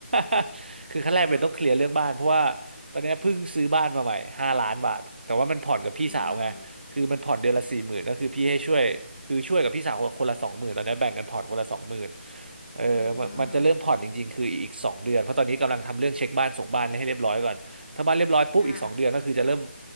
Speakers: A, on the right; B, on the left.
A: <laughs> คือขั้นแรกเป็นต้องเคลียร์เรื่องบ้านเพราะว่าตอนนี้เพิ่งซื้อบ้านมาใหม่ห้าล้านบาทแต่ว่ามันผ่อนกับพี่สาวไง
B: อ๋ออืม
A: คือมันผ่อนเดือนละสี่หมื่นก็คือพี่ให้ช่วยคือช่วยกับพี่สาวคนละสองหมื่นตอนนี้แบ่งกันผ่อนคนละสองหมื่นเออมันมันจะเริ่มผ่อนจริงๆคืออีกสองเดือนเพราะตอนนี้กำลังทำเรื่องเช็คบ้านส่งบ้านให้เรียบร้อยก่อนถ้าบ้านเรียบร้อยปุ๊บอีกสองเดือนก็คือจะเริ่ม
B: อืมอ่า